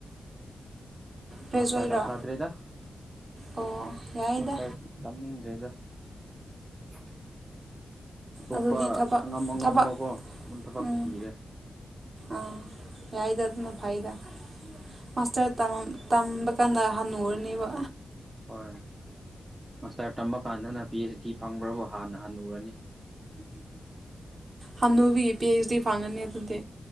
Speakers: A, on the right (about 50°); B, on the right (about 25°).
A: ꯒ꯭ꯔꯦꯖꯨꯋꯦꯠꯔꯣ
B: ꯃꯥꯁꯇꯔ ꯇꯝꯊꯥꯗ꯭ꯔꯦꯗ
A: ꯑꯣ ꯌꯥꯏꯗ
B: ꯃꯥꯁꯇꯔ ꯇꯝꯅꯤꯡꯗ꯭ꯔꯦꯗ <inaudible> ꯑꯇꯣꯞꯄ
A: ꯑꯗꯨꯗꯤ ꯊꯕꯛ
B: ꯑꯉꯝ ꯑꯉꯝꯕꯀꯣ
A: ꯊꯕꯛ
B: ꯑꯗꯨꯝ ꯊꯕꯛ
A: ꯎꯝ
B: ꯊꯤꯔꯦ
A: ꯑꯥ ꯌꯥꯎꯗ ꯑꯗꯨꯅ ꯐꯥꯏꯗ ꯃꯥꯁꯇꯔ ꯇꯝ ꯇꯝꯕ ꯀꯥꯟꯗ ꯍꯜꯟꯅꯨꯔꯅꯦꯕ
B: ꯍꯣꯏ ꯃꯥꯁꯇꯔ ꯇꯝꯃ ꯀꯥꯟꯗꯅ ꯄꯤ ꯑꯩꯆ ꯗꯤ ꯐꯪꯕ꯭ꯔꯕꯨ ꯍꯥꯟꯅ ꯍꯜꯂꯨꯔꯅꯤ
A: ꯍꯥꯅꯨꯕꯤ ꯄꯤꯑꯆꯗꯤ ꯐꯪꯒꯅꯤ ꯑꯗꯨꯗꯤ